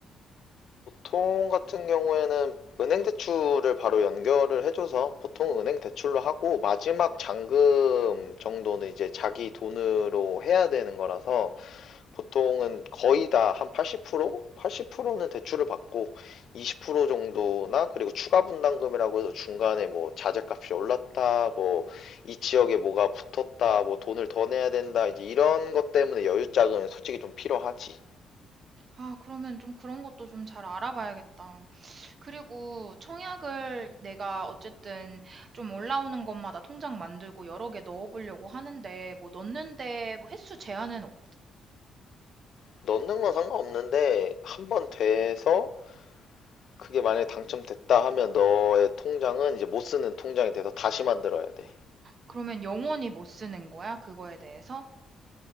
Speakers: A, on the left; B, on the right.
A: 보통 같은 경우에는 은행 대출을 바로 연결을 해줘서 보통 은행 대출로 하고 마지막 잔금 정도는 이제 자기 돈으로 해야 되는 거라서 보통은 거의 다 한 80%? 80%는 대출을 받고 20% 정도나 그리고 추가 분담금이라고 해서 중간에 뭐 자재값이 올랐다, 뭐 이 지역에 뭐가 붙었다, 뭐 돈을 더 내야 된다, 이제 이런 것 때문에 여유 자금이 솔직히 좀 필요하지.
B: 아, 그러면 좀 그런 것도 좀 잘 알아봐야겠다. 그리고 청약을 내가 어쨌든 좀 올라오는 것마다 통장 만들고 여러 개 넣어보려고 하는데, 뭐 넣는데 뭐 횟수 제한은 없.
A: 넣는 건 상관없는데 한번 돼서 그게 만약에 당첨됐다 하면 너의 통장은 이제 못 쓰는 통장이 돼서 다시 만들어야 돼.
B: 그러면 영원히 못 쓰는 거야? 그거에 대해서?